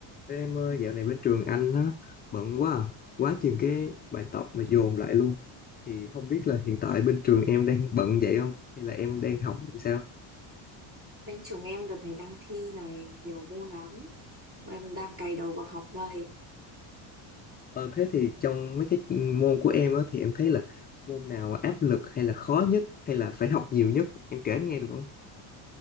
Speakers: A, on the left; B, on the right.
A: Ê Em ơi, dạo này bên trường anh á, bận quá à, quá chừng cái bài tập mà dồn lại luôn. Thì không biết là hiện tại bên trường em đang bận vậy không? Hay là em đang học làm sao?
B: Bên trường em đợt này đang thi này nhiều môn lắm. Bọn em đang cày đầu vào học đây.
A: Ờ, thế thì trong mấy cái môn của em á, thì em thấy là môn nào áp lực hay là khó nhất hay là phải học nhiều nhất? Em kể anh nghe được không?